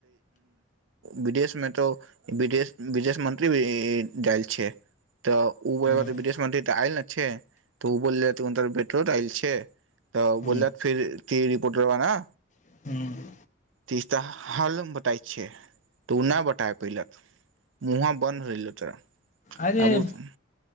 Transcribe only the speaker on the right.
विदेश मे तो विदेश मंत्री भी ल छिय तऽ ओ
विदेश मंत्री तऽ आयल ने छै तऽ ओ बोलले त टट आयल छै तऽ
बोल फिर ती पुटरब ने
तीसता हल बताय छ तू नहि बता पैल मुह बन्द रहल
आबू तऽ